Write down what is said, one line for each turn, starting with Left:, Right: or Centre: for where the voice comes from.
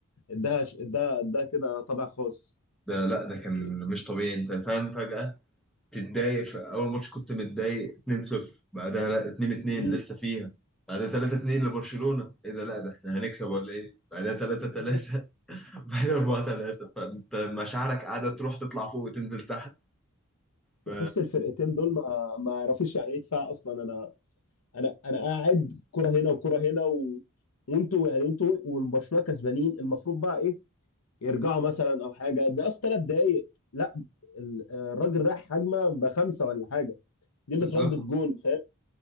Left: اداها اداها اداها كده طابع خاص
Centre: ده لا ده
Left: يعني
Centre: كان مش طبيعي انت فاهم فجأة تتضايق في اول ماتش كنت متضايق 2-0 بعدها لا 2-2
Left: مم.
Centre: لسه فيها بعدها 3-2 لبرشلونة ايه ده لا ده احنا هنكسب ولا ايه بعدها 3-3
Left: تحس
Centre: <laughs> بعدها 4-3 فانت مشاعرك قاعدة تروح تطلع فوق وتنزل تحت ف...
Left: تحس الفرقتين دول ما ما يعرفوش يعني ايه دفاع اصلا انا انا انا قاعد كرة هنا وكرة هنا و... وانتوا يعني انتوا والبرشلونه كسبانين المفروض بقى ايه يرجعوا مثلا او حاجه ده اصلا ثلاث دقايق لا ال- الراجل رايح هجمه بخمسه ولا حاجه دي اللي
Centre: بالظبط
Left: اتردت جون فاهم